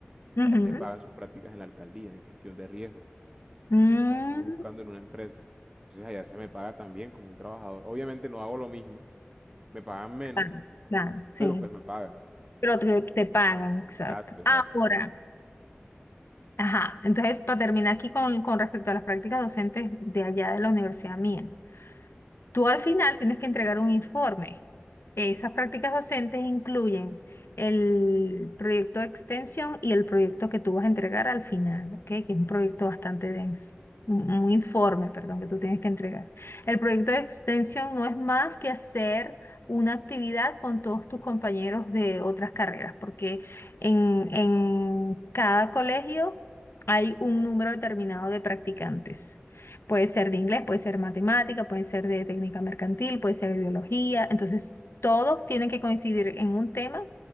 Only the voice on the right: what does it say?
a él le pagan sus prácticas en la alcaldía, en gestión de riesgo.
Yo las estoy buscando en una empresa. Entonces allá se me paga también como un trabajador. Obviamente no hago lo mismo, me pagan menos,
pero pues me pagan.
Exacto, exacto.